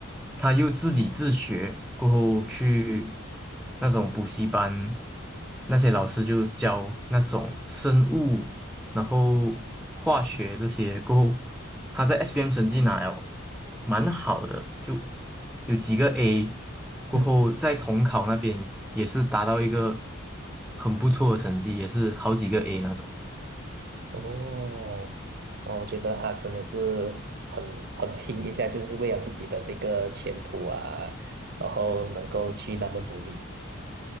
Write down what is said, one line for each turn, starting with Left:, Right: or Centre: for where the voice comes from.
Centre: 她又自己自学，过后去那种补习班，那些老师就教那种生物。然后化学这些过后，他在 s B m 成绩拿了蛮好的，就有几个 A，过后在统考那边也是达到一个
Right: 嗯。
Centre: 很不错的成绩，也是好几个 A 那种。
Right: 哦，哇，我觉得他真的是很很拼一下，就是为了自己的这个前途啊，然后能够去那么努力。